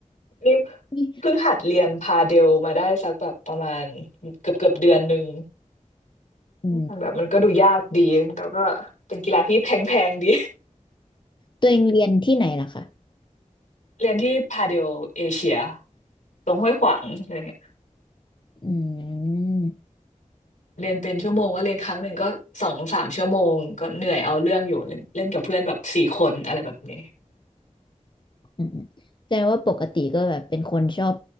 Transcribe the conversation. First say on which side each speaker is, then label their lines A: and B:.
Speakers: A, on the left (about 70°); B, on the left (about 35°).
A: นี่
B: นี่
A: เพิ่งหัดเรียนพาเดลมาได้สักแบบประมาณเกือบเกือบเดือนหนึ่ง
B: อืม
A: มันแบบมันก็ดูยากดีแต่ก็เป็นกีฬาที่แพงๆดี
B: ตัวเองเรียนที่ไหนล่ะคะ
A: <laughs> เรียนที่พาเดลเอเชียตรงห้วยขวางอะไรเงี้ย
B: อืม
A: เรียนเป็นชั่วโมงก็เรียนครั้งหนึ่งก็สองสามชั่วโมงก็เหนื่อยเอาเรื่องอยู่เล่นเล่นกับเพื่อนแบบสี่คนอะไรแบบนี้
B: อืมแสดงว่าปกติก็แบบเป็นคนชอบ